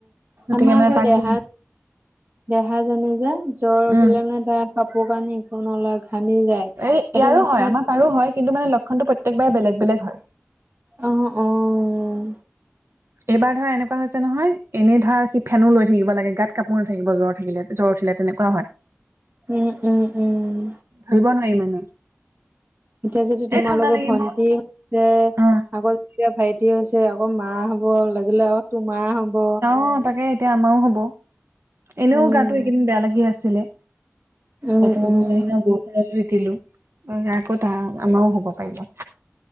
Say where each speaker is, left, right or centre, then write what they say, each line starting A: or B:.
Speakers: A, on the right; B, on the right.
A: গতিকে
B: আমাৰ
A: মানে
B: আকৌ
A: তাক
B: দেহা
A: দিব
B: দেহাজনে যে জ্বৰ উঠিলে
A: উম
B: মানে তাৰ কাপোৰ কানি একো নলয় ঘামি যায়
A: এই ইয়াৰো
B: সেইটো সময়ত
A: হয় আমাৰ তাৰো হয় কিন্তু মানে লক্ষণটো প্ৰত্যেকবাৰে বেলেগ বেলেগ হয়
B: অঁ অঁ
A: এবাৰ ধৰা এনেকুৱা হৈছে নহয় এনেই ধৰা সি ফেনো লৈ থাকিব লাগে গাত কাপোৰ নাথাকিব জ্বৰ থাকিলে জ্বৰ উঠিলে তেনেকুৱা হয়
B: উম উম উম উম
A: ধৰিব নোৱাৰি মানে
B: এতিয়া যদি
A: এই
B: তোমাৰ
A: ঠাণ্ডা
B: লোকৰ
A: লাগিব
B: ভন্টিযে আগত
A: অ
B: এতিয়া ভাইটি হৈছে আকৌ মা হব লাগিলে আকৌ তোমাৰ হব
A: অ তাকে এতিয়া আমাৰো হব এনেও
B: উম।
A: গাটো এইকেইদিন বেয়া লাগি আছিলে
B: উম
A: তত
B: উম
A: বু লো <inaudible> আকৌ তা আমাৰও হব পাৰিলে